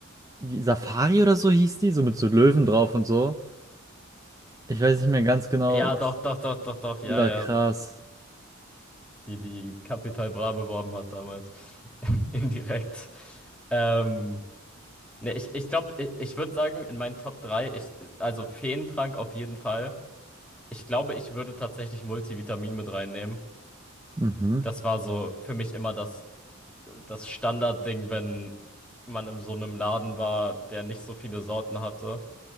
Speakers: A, on the right (about 15°); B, in the centre.
A: wie- Safari oder so hieß die, so mit so Löwen drauf und so. Ich weiß nicht mehr ganz genau,
B: Ja,
A: was.
B: doch, doch, doch, doch, doch,
A: Die
B: ja,
A: war
B: ja,
A: krass.
B: die die Capital Bra beworben hat damals. <laughs> Indirekt. Ähm, ne, ich ich glaube, ich, ich würde sagen, in meinen Top 3 ich, also Feentrank auf jeden Fall. Ich glaube, ich würde tatsächlich Multivitamin mit reinnehmen.
A: Mhm.
B: Das war so für mich immer das, das Standardding, wenn man in so einem Laden war, der nicht so viele Sorten hatte.